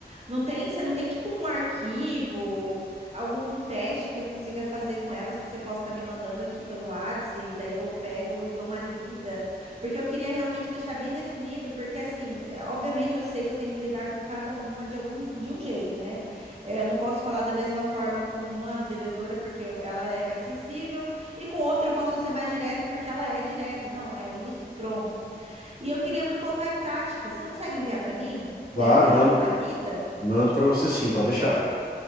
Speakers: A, on the right (about 40°); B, on the left (about 65°).
A: Não tem, você não tem tipo um arquivo, algum teste que eu consiga fazer com elas que você possa estar me mandando aqui pelo Whats e daí eu pego e dou uma lida, porque eu queria realmente deixar bem definido, porque assim, é, obviamente eu sei que eu tenho que lidar com cada uma de algum de um jeito, né? É, eu não posso falar da mesma forma com uma vendedora porque eu- ela é mais sensível e com outra eu posso ser mais direta porque ela é direta. Não, é isso, pronto. E eu queria muito colocar em prática. Você não consegue enviar para mim?
B: claro,
A: Daí agora
B: mando,
A: eu dou uma lida.
B: mando para você sim, pode deixar.